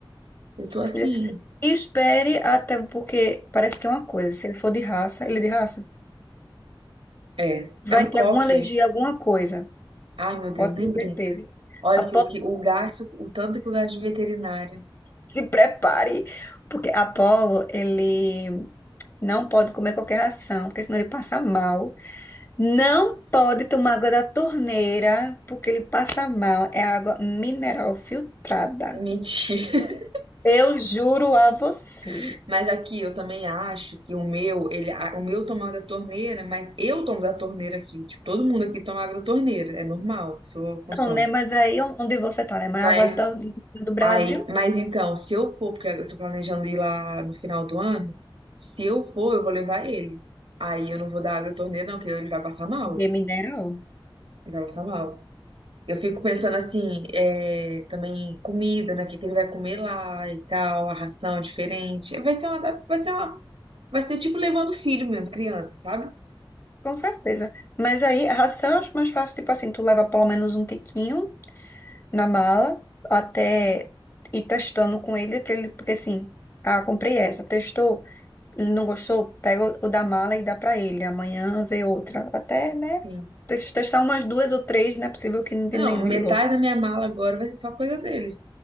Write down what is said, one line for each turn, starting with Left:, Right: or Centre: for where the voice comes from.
Right: Eu tô assim,
Left: Filha, e Espere até, porque parece que é uma coisa. Se ele for de raça, ele é de raça,
Right: é,
Left: vai
Right: é um cocker.
Left: ter alguma alergia, alguma coisa.
Right: Ai, meu Deus,
Left: Pode
Right: nem
Left: ter certeza.
Right: brinca. Olha
Left: A
Right: que o, que o gasto, o tanto que eu gasto de veterinário.
Left: Se prepare, porque Apolo, ele não pode comer qualquer ração, porque senão ele passa mal. Não pode tomar água da torneira, porque ele passa mal. É água mineral filtrada.
Right: é Mentira.
Left: Eu juro a você.
Right: <laughs> Mas aqui eu também acho que o meu, ele, a- o meu toma da torneira, mas eu tomo da torneira aqui. Tipo, todo mundo aqui toma água da torneira, é normal, a pessoa consome.
Left: Não, né? Mas aí on- onde você tá, né? Mas
Right: Mas
Left: a água do, do Brasil
Right: aí, mas então, se eu for, porque eu tô planejando ir lá no final do ano, se eu for, eu vou levar ele. Aí eu não vou dar água da torneira, não, porque ele vai passar mal.
Left: de mineral.
Right: Ele vai passar mal. Eu fico pensando assim, é, também comida, né? O que que ele vai comer lá e tal, a ração é diferente. Vai ser uma, da- vai ser uma, vai ser tipo levando filho mesmo, criança, sabe?
Left: Com certeza. Mas aí a ração eu acho mais fácil, tipo assim, tu leva pelo menos um tiquinho na mala até ir testando com ele aquele, porque assim, ah, comprei essa, testou, ele não gostou, pega o o da mala e dá pra ele. Amanhã vê outra, até, né?
Right: Sim.
Left: tes- Testar umas duas ou três, não é possível que de
Right: Não,
Left: nenhum
Right: metade
Left: ele goste.
Right: da minha mala agora vai ser só coisa dele.